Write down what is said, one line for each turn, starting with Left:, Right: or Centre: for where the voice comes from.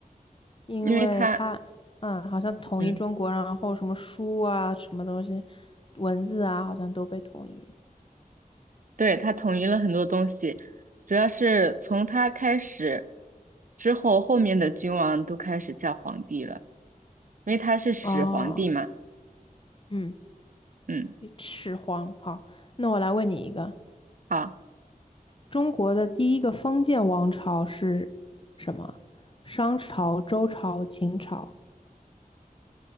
Left: 因为他，
Right: 因为他，
Left: 嗯，好像统一中国，
Right: 嗯，
Left: 然后什么书啊，什么东西，文字啊，好像都被统一。
Right: 对，他统一了很多东西，主要是从他开始之后，后面的君王都开始叫皇帝了，因为他是始皇帝嘛。
Left: 哦，嗯，
Right: 嗯，
Left: 始皇。好，那我来问你一个，
Right: 好，
Left: 中国的第一个封建王朝是什么？商朝、周朝、秦朝。